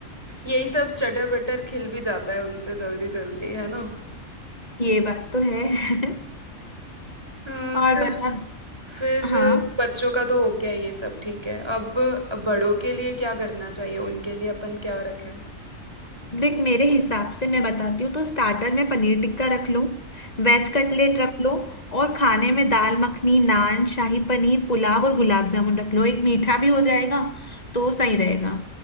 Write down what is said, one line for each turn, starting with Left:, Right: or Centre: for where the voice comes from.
Right: यही सब चटर बटर खिल भी जाता है उनसे जल्दी जल्दी है ना
Left: ये बात तो है <laughs>
Right: हाँ
Left: और
Right: फिर
Left: बता
Right: फिर
Left: हाँ
Right: बच्चों का तो हो गया ये सब ठीक है अब बड़ों के लिए क्या करना चाहिए उनके लिए अपन क्या रखें
Left: देख मेरे हिसाब से मैं बताती हूँ तो स्टार्टर में पनीर टिक्का रख लो वेज कटलेट रख लो और खाने में दाल मखनी नान शाही पनीर पुलाव और गुलाब जामुन रख लो एक मीठा भी हो जाएगा तो सही रहेगा